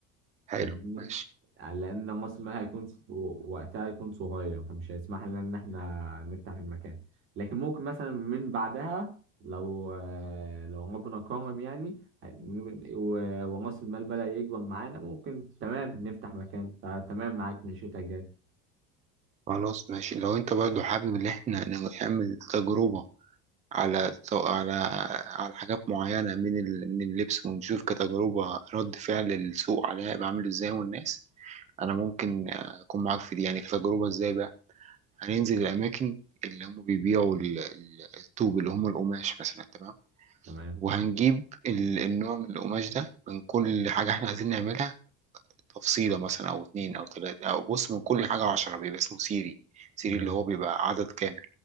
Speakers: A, on the right; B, on the right.
A: حلو
B: فاهمني
A: ماشي
B: يعني لأن موسمها هيكون وقتها هيكون صغير فمش هيسمح لنا إن إحنا نفتح المكان لكن ممكن مثلا من بعدها لو لو ربنا كرم يعني و- ورأس المال بدأ يكبر معانا ممكن تمام نفتح مكان فتمام معاك من الشتاء الجاي
A: خلاص ماشي لو انت برضو حابب ان احنا نعمل تجربة على على على حاجات معينة من ال من اللبس ونشوف كتجربة رد فعل السوق عليها يبقى عامل ازاي والناس انا ممكن اكون معاك في دي يعني كتجربة ازاي بقى هننزل الاماكن اللي هم بيبيعوا ال- ال- الطوب اللي هم القماش مثلا تمام
B: تمام
A: وهنجيب ال- النوع من القماش ده من كل حاجة احنا عايزين نعملها تفصيلة مثلا أو اتنين أو تلاتة أو بص من كل حاجة عشرة بيبقى اسمه سيري سيري
B: ماشي
A: اللي هو بيبقى عدد كامل